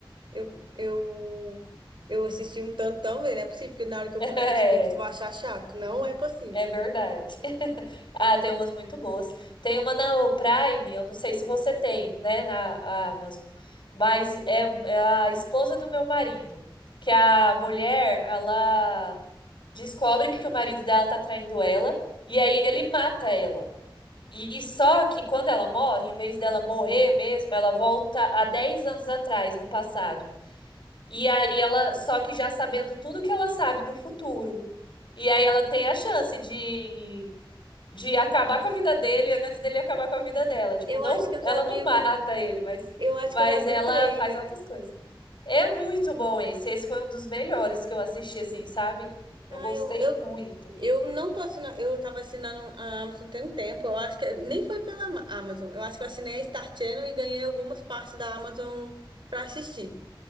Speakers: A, on the right; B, on the left.
A: Eu, eu, eu assisti um tantão, velho. Não é possível que na hora que eu
B: <laughs>
A: pôr na
B: É,
A: Netflix eu vou achar chato. Não é possível.
B: é verdade. <laughs> Ah, tem umas muito boas. Tem uma na Prime, eu não sei se você tem, né, na Amazon. Mas é, é a esposa do meu marido. Que a mulher, ela descobre que o marido dela tá traindo ela. E aí ele mata ela. E só que quando ela morre, em vez dela morrer mesmo, ela volta a 10 anos atrás, no passado. E aí ela, só que já sabendo tudo que ela sabe do futuro. E aí ela tem a chance de, de acabar com a vida dele antes dele acabar com a vida dela. Tipo,
A: Eu
B: não,
A: acho que eu
B: ela
A: já vi
B: não mata
A: o,
B: ele, mas,
A: eu acho
B: mas
A: que eu já vi
B: ela
A: o trailer.
B: faz outras coisas. É muito bom esse. Esse foi um dos melhores que eu assisti, assim, sabe?
A: Ah,
B: Eu gostei
A: eu, eu,
B: muito.
A: eu não tô assinando. Eu tava assinando a Amazon tem um tempo. Eu acho que é, nem foi pela Ma- Amazon. Eu acho que eu assinei a Star Channel e ganhei algumas partes da Amazon pra assistir.